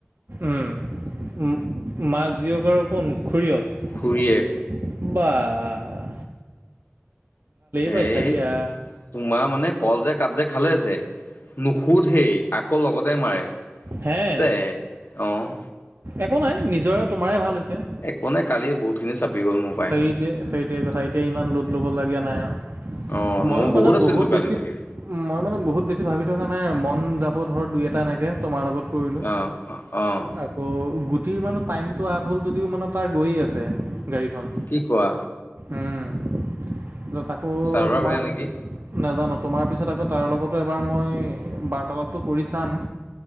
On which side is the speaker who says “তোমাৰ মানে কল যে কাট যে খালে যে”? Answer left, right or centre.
Left